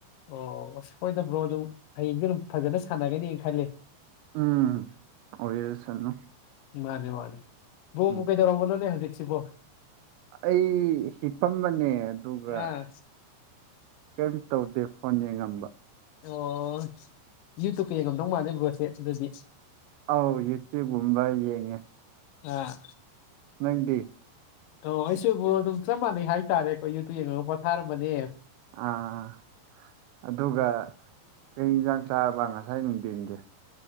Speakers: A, on the left; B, on the right.
A: ꯑꯣ ꯑꯁ ꯍꯣꯏꯗ ꯕ꯭ꯔꯣ ꯑꯗꯨꯝ ꯍꯌꯦꯡꯗꯤ ꯑꯗꯨꯝ ꯐꯖꯅ ꯁꯥꯟꯅꯒꯅꯤꯅ ꯈꯜꯂꯦ
B: ꯎꯝ ꯑꯣꯏꯔꯁꯅꯨ
A: ꯃꯥꯅꯦ ꯃꯥꯅꯦ ꯕ꯭ꯔꯣꯕꯨ
B: ꯎꯝ
A: ꯀꯩꯗꯧꯔꯝꯕꯅꯣꯅꯦ ꯍꯧꯖꯤꯛꯁꯤꯕꯣ
B: ꯑꯩ ꯍꯤꯞꯄꯝꯕꯅꯦ ꯑꯗꯨꯒ
A: ꯑꯥ
B: ꯀꯔꯤꯝ ꯇꯧꯗꯦ ꯐꯣꯟ ꯌꯦꯡꯉꯝꯕ
A: ꯑꯣ ꯌꯨ ꯇ꯭ꯌꯨꯞꯀ ꯌꯦꯡꯉꯝꯗꯧ ꯃꯥꯜꯂꯦ ꯕ꯭ꯔꯣꯁꯦ ꯑꯗꯨꯗꯤ
B: ꯑꯥꯎ ꯌꯨ ꯇ꯭ꯌꯨꯞ ꯒꯨꯝꯕ ꯌꯦꯡꯉꯦ
A: ꯑꯥ
B: ꯅꯪꯗꯤ
A: ꯑꯣ ꯑꯩꯁꯨ ꯕ꯭ꯔꯣ ꯑꯗꯨꯝ ꯆꯞ ꯃꯥꯟꯅꯩ ꯍꯥꯏꯇꯥꯔꯦ ꯑꯩꯈꯣꯏ ꯌꯨ ꯇ꯭ꯌꯨꯞ ꯌꯦꯡꯉ ꯄꯣꯊꯥꯔꯝꯕꯅꯦ
B: ꯑꯥ ꯑꯥ ꯑꯗꯨꯒ ꯀꯩ ꯌꯦꯟꯁꯥꯡ ꯆꯥꯔꯕ ꯉꯁꯥꯏ ꯅꯨꯡꯊꯤꯟꯒꯤ